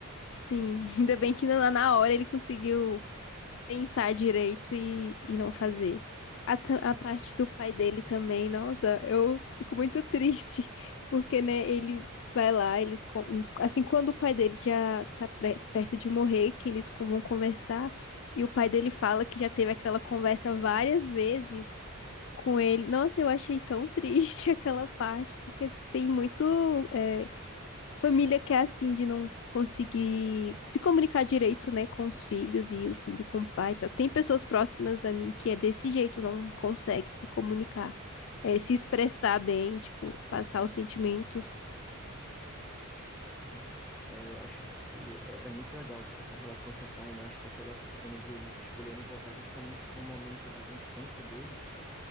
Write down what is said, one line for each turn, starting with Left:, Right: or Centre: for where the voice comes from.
Left: Sim, <laughs> ainda bem que na na hora ele conseguiu pensar direito e, e não fazer. A, ta- a parte do pai dele também, nossa, eu fico muito triste, <laughs> porque, né, ele vai lá, eles, con- assim, quando o pai dele já tá pre- perto de morrer, que eles con- vão conversar, e o pai dele fala que já teve aquela conversa várias vezes com ele. Nossa, eu achei tão triste <laughs> aquela parte, porque tem muito. eh, Família que é assim, de não conseguir se comunicar direito, né, com os filhos e o filho com o pai, tá? Tem pessoas próximas a mim que é desse jeito, não consegue se comunicar, é, se expressar bem, tipo, passar os sentimentos.
Centre: Hum, é, eu acho que é, é muito legal essa relação com o pai, né? Eu acho que aquela cena de eles escolherem voltar justamente para um momento da infância deles